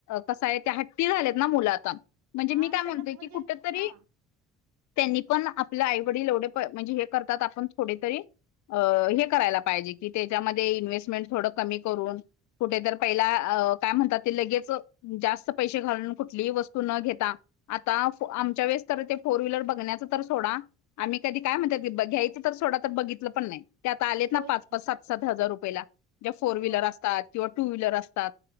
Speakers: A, on the left; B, on the right.
A: कसं आहे त्या हट्टी झालेत ना मुलं आता म्हणजे
B: हा
A: मी
B: आणि
A: काय म्हणतोय
B: त्यांना म्हणजे
A: की कुठेतरी
B: हा
A: त्यांनी पण आपले आईवडील एवढे प म्हणजे हे करतात आपण थोडी तरी अ हे करायला पाहिजे कि त्याच्यामध्ये इन्व्हेस्टमेंट थोडं कमी करून कुठेतर पहिला काय म्हणतात ते लगेच जास्त पैसे घालून कुठलीही वस्तू तु न घेता आता आमच्या वेळेस तर ते फोर व्हीलर बघण्याच तर सोडा आम्ही कधी काय म्हणतात घ्यायच तर सोडा तर बघितलं पण नाही ते आता आलेत ना
B: होय
A: पाच
B: की
A: पाच सात सात हजार रुपये पहिला ज्या फोर व्हीलर
B: होय
A: असतात किंवा टू व्हीलर असतात